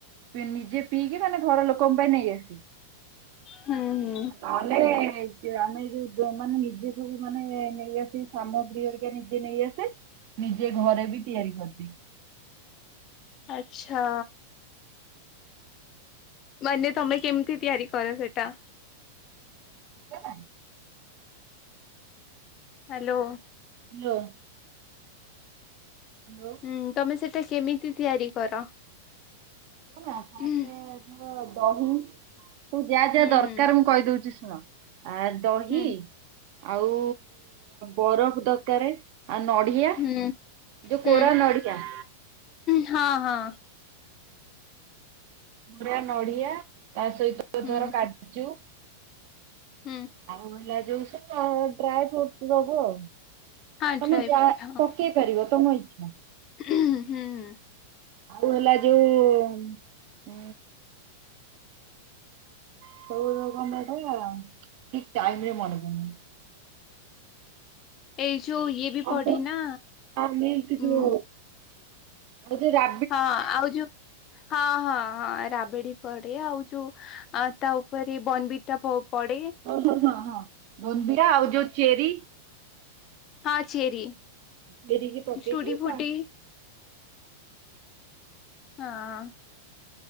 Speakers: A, on the right; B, on the left.
A: ନିଜେ ପିଇକି ମାନେ ଘର ଲୋକଙ୍କ ପାଇଁ ନେଇ ଆସେ।
B: ହୁଁ ହୁଁ।
A: ନ ହଲେ ଏ ଆମେ ଯୋଉ ଯୋଉ ମାନେ ନିଜେ ସବୁ ମାନେ ନେଇଆସି ସାମଗ୍ରୀ ହରିକା ନିଜେ ନେଇ ଆସେ ନିଜେ ଘରେ ବି ତିଆରି କରିଦିଏ।
B: ଆଛା। ମାନେ ତମେ କେମିତି ତିଆରି କର ସେଇ ଟା?
A: କେଜାଣି।
B: ହାଲୋ।
A: ହାଲୋ। ହାଲୋ।
B: ହୁଁ ତମେ ସେଇଟା କେମିତି ତିଆରି କର?
A: ମୂ ନା
B: ହୁଁ
A: ସେ ଧର ଦହି ତୁ ଯାହା ଯାହା
B: ହୁଁ।
A: ଦରକାର ମୁଁ କହିଦଉଚି ଶୁଣ ଆ ଦହି
B: ହୁଁ
A: ଆଉ ବରଫ ଦରକାରେ। ହଁ ନଡ଼ିଆ
B: ହୁଁ
A: ଯୋଉ
B: ହୁଁ
A: କୋରା ନଡ଼ିଆ।
B: ହଁ ହଁ।
A: ପୁରା ନଡିଆ ତା ସହିତ
B: ହୁଁ
A: ଧର କାଜୁ।
B: ହୁଁ।
A: ଆଉ ହେଲା ଯୋଉ ସବୁ ଡ୍ରଏ ଫ୍ରୁଟସ୍ ଯୋଗୁ ଆଉ
B: ହଁ
A: ତମେ
B: ଡ୍ରାଇ
A: ଯା
B: ଫ୍ରୁଟ୍
A: ପକେଇ ପାରିବ ତମ ଇଚ୍ଛା।
B: ଉଁ ହୁଁଉଁ।
A: ଆଉ ହେଲା ଯୋଉ ଉଁ ସବୁ କଥାକୁ ଆମେ ଖାଇବା ଠିକ ଟାଇମରେ ମନେ ପଡୁନି।
B: ଏଇ ଯୋଉ ଇଏ ବି ପଡେ
A: ଅମୁଲ୍
B: ନା
A: ଆଉ ମିଲ୍କ ଯୋଉ
B: ଉଁ
A: ଆଉ ଯୋଉ ରା
B: ହଁ ଆଉ ଯୋଉ ହଁ ହଁ ହଁ ରାବିଡି ପଡେ ଆଉ ଯୋଉ ଆ ତା ଓପରେ ବନବିଟା ପ-ପଡେ।
A: ଓହୋ ହଁ ହଁ ବୋନବିଟା ଆଉ ଯୋଉ ଚେରି।
B: ହଁ ଚେରି
A: ଚେରିକି ପକେଇକି
B: ଟୁଡି ଫୁଟି
A: ତା
B: ହଁହଁ।